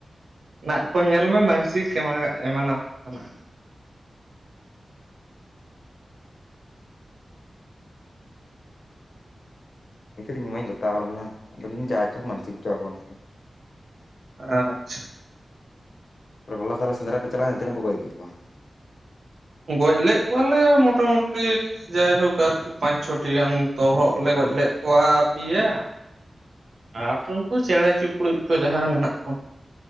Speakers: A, on the right (about 80°); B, on the left (about 65°).
A: ᱱᱟᱜᱠᱚ ᱧᱮᱞ ᱢᱮ ᱢᱟᱱᱥᱤᱠ ᱮᱢᱟᱱᱟᱢᱟᱠᱚ ᱱᱟᱜ ᱾
B: ᱤᱧ ᱢᱟᱧ ᱜᱚᱛᱟᱣ ᱞᱮᱱᱟ ᱟᱫᱚ ᱢᱟᱱᱥᱤᱠ ᱦᱚᱪᱚᱣᱟ ᱠᱚ ᱢᱮ ᱥᱮ ᱾
A: ᱟᱪᱪᱷᱟ
B: ᱦᱚᱞᱟ ᱛᱟᱦᱚᱞᱮ ᱥᱮᱸᱫᱽᱨᱟ ᱯᱮ ᱪᱟᱞᱟᱣ ᱮᱱ ᱛᱤᱱᱟᱹᱜ ᱯᱮ ᱜᱚᱡ ᱠᱮᱫ ᱠᱟᱣᱟ?
A: ᱜᱚᱡ ᱞᱮᱫ ᱠᱚᱣᱟᱞᱮ ᱢᱚᱴᱟ ᱢᱩᱴᱤ ᱡᱟᱭᱦᱳᱠ ᱟᱨᱠᱤ ᱯᱟᱸᱪ ᱪᱷᱚᱴᱤ ᱜᱟᱱ ᱛᱚᱨᱦᱚᱫ ᱞᱮ ᱜᱚᱡ ᱞᱮᱫ ᱠᱚᱣᱟ ᱯᱮᱭᱟ ᱾ ᱟᱨ ᱩᱱᱠᱩ ᱪᱮᱬᱮ ᱪᱤᱯᱲᱩᱡ ᱠᱚ ᱡᱟᱦᱟᱸ ᱢᱮᱱᱟᱜ ᱠᱚ ᱾